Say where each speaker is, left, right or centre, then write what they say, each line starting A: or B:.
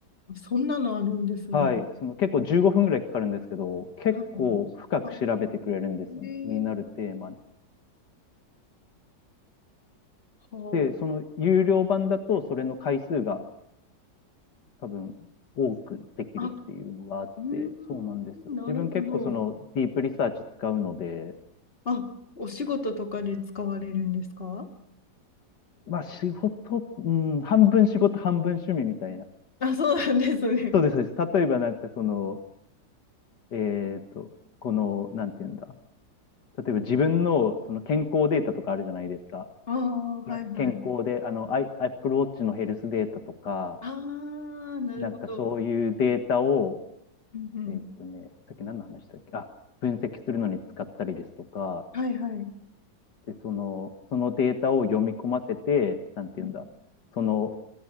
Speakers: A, on the left; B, on the left.
A: そんなのあるんですね。
B: はい、その結構15分ぐらいかかるんですけど、結構深く調べてくれるんですよね、
A: はい。あ、ええ
B: 気になるテーマに。
A: は
B: で、その有料版だと、それの回数が多分多くできるっていうのがあって、
A: あ。あ、うーん、
B: そうなんですよ。
A: なるほど。
B: 自分結構そのディープリサーチ使うので、
A: あ、お仕事とかで使われるんですか
B: まあ仕事、うん、半分仕事、半分趣味みたいな。
A: あ、そうなんですね。
B: そうです、そうです。例えばなんかその、えっと、この、なんていうんだ。例えば自分のその健康データとかあるじゃないですか。
A: ああ、はいはい。
B: けん健康で、あの、アイ、Apple Watch のヘルスデータとか、
A: ああ、なるほど。
B: なんかそういうデータを、
A: うんうん。
B: えーっとね、さっき何の話したっけあ、分析するのに使ったりですとか、
A: はいはい。
B: で、その、そのデータを読み込ませて、なんていうんだ、
A: うん
B: その